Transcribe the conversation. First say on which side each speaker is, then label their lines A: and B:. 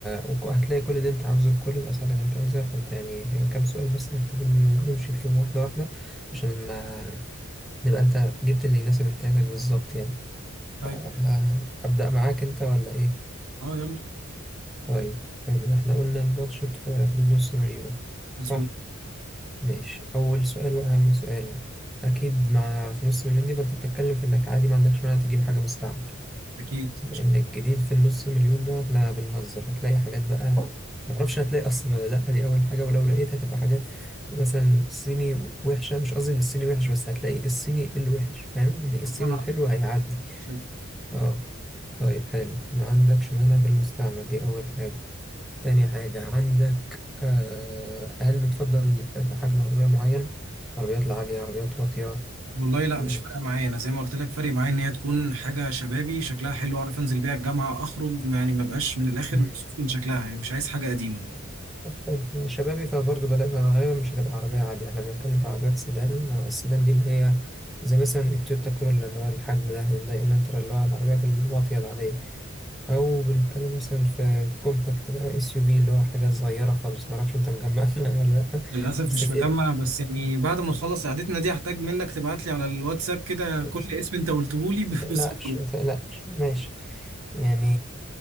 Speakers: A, in the centre; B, on the right.
A: وك- وهتلاقي كل اللي أنت عاوزه بكل الأسعار اللي أنت عايزها فأنت يعني كام سؤال بس محتاجين نمشي فيهم واحدة واحدة عشان ما نبقى أنت جبت اللي يناسب احتياجك بالظبط يعني
B: طيب
A: ف- ه- أبدأ معاك أنت ولا إيه؟
B: اه يلا
A: طيب حلو احنا قلنا البادجت في حدود نص مليون
B: مظبوط
A: صح ماشي اول سؤال واهم سؤال اكيد مع في نص مليون دي فانت بتتكلم في انك عادي ما عندكش مانع تجيب حاجه مستعمل
B: اكيد
A: لان الجديد في النص مليون ده احنا بنهزر هتلاقي حاجات بقى معرفش هتلاقي اصلا ولا لا دي اول حاجه ولو لقيت هتبقى حاجات مثلا صيني وحشه مش قصدي ان الصيني وحش بس هتلاقي الصيني الوحش فاهم يعني الصيني
B: شكرا
A: الحلو
B: على
A: هيعدي
B: التوصيف.
A: اه طيب حلو ما عندكش مانع في المستعمل دي اول حاجه تاني حاجة عندك آه، هل بتفضل حجم عربية معين عربيات العالية عربيات واطية
B: والله لا
A: آه،
B: مش فارقه معايا انا زي ما قلت لك فارق معايا ان هي تكون حاجه شبابي شكلها حلو اعرف انزل بيها الجامعه اخرج يعني ما بقاش من الاخر
A: مم.
B: مكسوف من شكلها يعني مش عايز حاجه قديمه
A: طيب، شبابي فبرضه بلا- غالبا مش هتبقى عربية عالية احنا بنتكلم في عربيات سيدان السيدان دي اللي هي زي مثلا التويوتا كورولا اللي هو الحجم ده هيونداي الانترا اللي هو العربيات الواطية العادية أو بنتكلم مثلا في كومباكت بقى اس يو في اللي هو حاجة صغيرة خالص معرفش أنت مجمع <laughs> ولا لأ
B: للاسف
A: بس
B: مش مجمع بس يعني بعد ما نخلص قعدتنا دي هحتاج منك تبعت لي على الواتساب كده كل
A: الاسم
B: اسم انت قلته لي <laughs> ب-
A: ما تقلقش
B: بصوره
A: ما تقلقش ماشي يعني